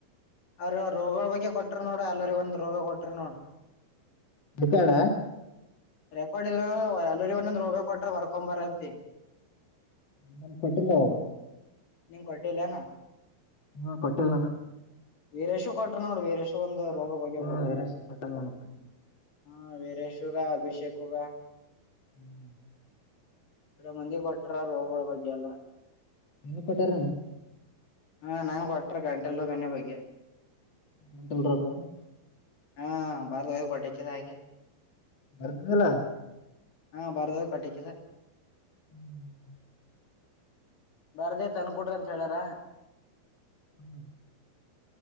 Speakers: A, on the left (about 60°); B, on the left (about 35°).
A: ಅದ್ರಗರೋಗಗಳ ಬಗ್ಗೆ ಕೊಟ್ರ ನೋಡ ಎಲ್ಲಾ ರಿ ಒಂದೊಂದು ರೋಗ ಕೊಟ್ರ ನೋಡು.
B: ಬಕ್ಕಡ <inaudible>
A: ರೆಕಾರ್ಡ್ ಇರವೆ ಎಲ್ಲಾರಿಗೆ ಒಂದೊಂದ ರೋಗ ಕೊಟ್ರ ಬರ್ಕೊಂಬರಂತ ಹೇಳ್
B: ನಮ್ ಕೊಟ್ಟಿಿಲ್ಲ ಹೋಗರು <unintelligible>
A: ನಿನಗಕೊಟ್ಟಿಲ್ಲೇನಾ
B: ಹ್ಮ ಕೊಟ್ಟಿಲ್ಲ ನಾನ
A: ವೀರೇಶ ಕೊಟ್ಟರ ನೋಡ ವೀರೇಶ ಒಂದು ರೋಗ ಬಗೆ
B: ಹ್ಮ್
A: ಕೊಟ್ಟರ.
B: ವೀರೇಶ್ ಕೊಟ್ಟಲ್ಲ ನನಗ್ ಕೊಟ್ಟಿಲ್ಲ
A: ಹ್ಮ ವೀರೇಶಗ, ಅಭಿಷೇಕ್ಗ
B: ಹ್ಮ್ <inaudible>
A: ಇಡ ಮಂದಿ ಕೊಟ್ಟಾರ ರೋಗಗಳ ಬಗ್ಗೆ ಎಲ್ಲಾ.
B: ನಿನ್ನ ಕೊಟ್ಟಾರನ <unintelligible>
A: ಹಾ ನಾನ್ ಕೊಟ್ರ ಗಂಟೆಲು ಬೆನೆ ಬಗ್ಗೆ
B: ಎಂಟಲ್ರ <inaudible> <unintelligible>
A: ಹಾ, <unintelligible> ಬಾರದ ಕ ಕ್ಕೆದ ಹಾಗಗೆ
B: ಬರ್ದಿಲ್ಲ
A: ಹಾ ಬರ್ದಾಗ ಕಟ್ಟಕ್ಕಿದ <unintelligible>
B: ಹ್ಮ್ <inaudible>
A: ಬರ್ದ ತನ್ಕೊಟ್ರಿಅಂತ ಹೇಳಾರ.
B: ಹ್ಮ್ <inaudible>